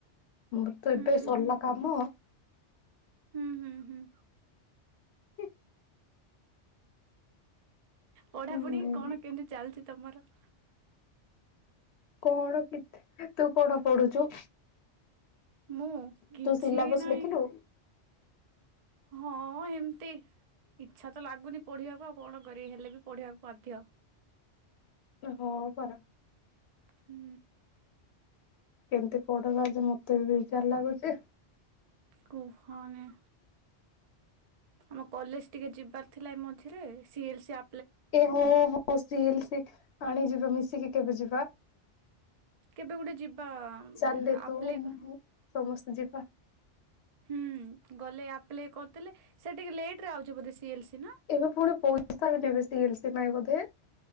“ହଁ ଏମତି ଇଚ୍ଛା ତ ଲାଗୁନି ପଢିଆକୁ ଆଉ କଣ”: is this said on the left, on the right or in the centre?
Right